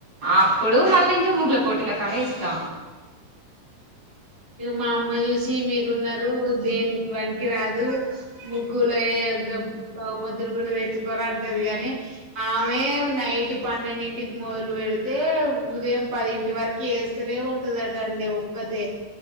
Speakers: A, on the right (about 35°); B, on the right (about 15°).
A: అప్పుడు మళ్ళీ ఇంకా ముగ్ల పోటీల కాడే ఎస్తా
B: మా అమ్మా చూసి మీరు ఉన్నారు దేనికి పనికి రాదు ముగ్గులయక బహతులు గూడ తెచ్ ర అంటది కాగాని ఆమె నైట్ పన్నెండింటికి మొదలు పెడితే ఉదయం పది ఇటి వరకు వేస్తూనే ఉంటదట అండి ఒక్కతే